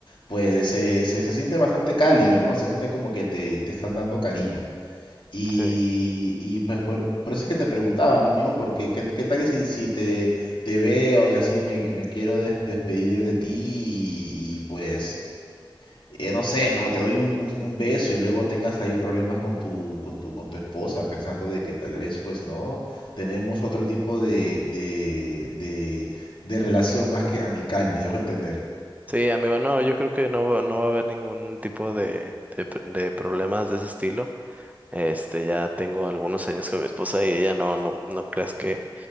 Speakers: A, on the left; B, on the right.
A: pues se, se, se siente bastante cálido, ¿no? Se siente como que te, te están dando cariño. Y,
B: sí.
A: y pues por, por eso es que te preguntaba, ¿no, amigo? Porque qué, qué tal si, si te, te veo y así me, me quiero des- despedir de ti y, y, pues, eh, no sé, ¿no? Te doy un, un- un beso y luego tengas ahí problemas con tu, con tu, con tu esposa, pensando de que tal vez, pues, ¿no? Tenemos otro tipo de, de, de, de relación más que amical, me dejo entender.
B: Sí, amigo, no, yo creo que no, va- no va a haber ningún tipo de, de, pr- de problemas de ese estilo. Este, ya tengo algunos años con mi esposa y ella no, no, no creas que,